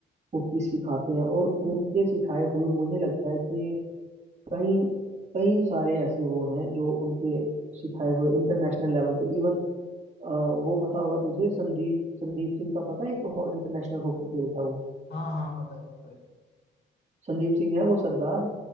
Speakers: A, on the right (about 35°); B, on the left (about 65°).
A: कुकी सिखाते हैं और उनके सिखाए हुए मुझे लगता है कि कई कई सारे ऐसे वो हैं जो उनके सिखाए हुए इंटरनेशनल लेवल पे इवन वो पता होगा तुझे संदीप संदीप सिंह का पता है एक इंटरनेशनल हॉकी खेलता है वो
B: हाँ हाँ पता है पता है
A: संदीप सिंह है वो सरदार